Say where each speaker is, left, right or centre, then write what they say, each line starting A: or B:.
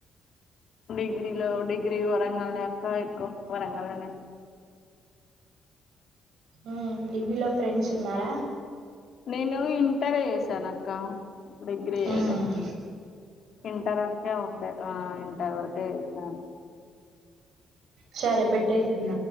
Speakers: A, on the left (about 60°); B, on the right (about 75°).
A: డిగ్రీలొ డిగ్రీ వరంగల్నె అక్క ఎక్కు వరంగల్లనె
B: ఊమ్ డిగ్రీలో ఫ్రెండ్సున్నార
A: నేను ఇంటర్ జేసానక్క డిగ్రీ జెయ్లే
B: ఉమ్,
A: ఇంటర్ వర్కే ఉండె ఆ ఇంటర్ వర్కే జేసాను
B: చరె పెట్టేస్తున్న